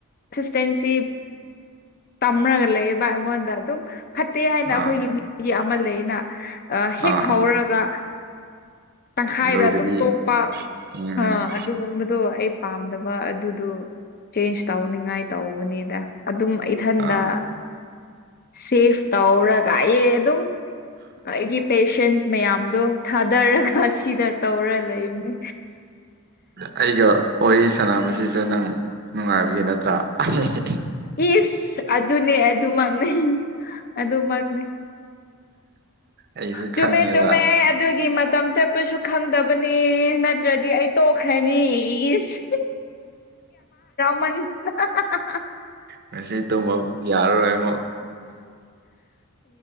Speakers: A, on the left; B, on the right.
A: ꯆꯦꯟꯁꯤ ꯇꯝꯔꯒ ꯂꯩꯌꯦꯕ ꯑꯩꯉꯣꯟꯗ ꯑꯗꯨꯝ ꯐꯠꯇꯦ ꯍꯥꯏꯅ
B: ꯑꯥ
A: ꯑꯩꯈꯣꯏꯒꯤ ꯃꯤ ꯑꯃ ꯂꯩꯅ ꯑ ꯍꯦꯛ
B: ꯑꯥ
A: ꯍꯧꯔꯒ ꯇꯪꯈꯥꯏꯗ
B: ꯂꯣꯏꯗꯕꯤ
A: ꯑꯗꯨꯝ ꯇꯣꯛꯄ
B: ꯎꯝ
A: ꯑ ꯑꯗꯨꯒꯨꯝꯕꯗꯣ ꯑꯩ ꯄꯥꯝꯗꯕ ꯑꯗꯨꯗꯣ ꯆꯦꯟꯖ ꯇꯧꯅꯤꯡꯉꯥꯏ ꯇꯧꯕꯅꯦꯗ ꯑꯗꯨꯝ ꯏꯊꯟꯗ
B: ꯑꯥ
A: ꯁꯦꯐ ꯇꯧꯔꯒ ꯑꯦ ꯑꯗꯨꯝ ꯑꯩꯒꯤ ꯄꯦꯁꯦꯟꯁ ꯃꯌꯥꯝꯗꯣ ꯊꯥꯗꯔꯒ ꯁꯤꯗ ꯇꯧꯔ ꯂꯩꯕꯅꯦ
B: ꯑꯩꯒ ꯋꯥꯔꯤ ꯁꯥꯟꯅꯕ ꯑꯁꯤꯁꯦ ꯅꯪ ꯅꯨꯡꯉꯥꯏꯕꯒꯤ ꯅꯠꯇ꯭ꯔꯥꯗꯤ
A: ꯏꯁ ꯑꯗꯨꯅꯦ ꯑꯗꯨꯃꯛꯅꯦ ꯑꯗꯨꯃꯛꯅꯦ
B: ꯑꯩꯁꯨ
A: ꯆꯨꯝꯃꯦ
B: ꯈꯪꯉꯦꯕ
A: ꯆꯨꯝꯃꯦ ꯑꯗꯨꯒꯤ ꯃꯇꯝ ꯆꯠꯄꯁꯨ ꯈꯪꯗꯕꯅꯤ ꯅꯠꯇ꯭ꯔꯗꯤ ꯗꯤ ꯑꯩ ꯇꯣꯛꯈ꯭ꯔꯅꯤ ꯏꯁ <unintelligible>
B: ꯃꯁꯤ ꯇꯨꯝꯃ ꯌꯥꯔꯔꯣꯏꯃꯣ